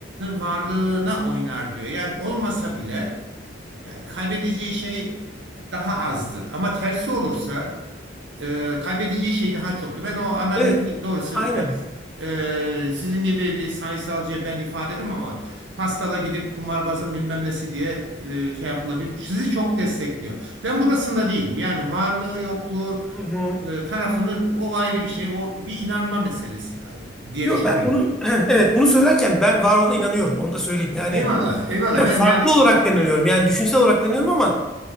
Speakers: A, on the right; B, in the centre.
A: varlığına oynar diyor. Yani olmasa bile yani kaybedeceği şey daha azdır. Ama tersi olursa e, kaybedeceği şey daha çoktu. Ben o analizini
B: Evet.
A: doğrusu
B: Aynen.
A: yani e, sizin gibi bir sayısalcıya ben ifade edeyim ama Pascal'a gidip kumarbazın bilmem nesi diye e, şey yapılabilir. Sizi çok destekliyor. Ben burasında değilim. Yani varlığı yokluğu
B: Hı hı.
A: e, tarafını o ayrı bir şey. O bir inanma meselesi diye
B: Yo,
A: düşünüyorum.
B: ben bunu <clears throat> evet bunu söylerken ben var olduğuna inanıyorum. Onu da söyleyeyim. Yani
A: Eyvallah,
B: <clears throat>
A: eyvallah.
B: ben
A: Ben
B: farklı
A: yani
B: olarak da inanıyorum. Yani düşünsel olarak da inanıyorum ama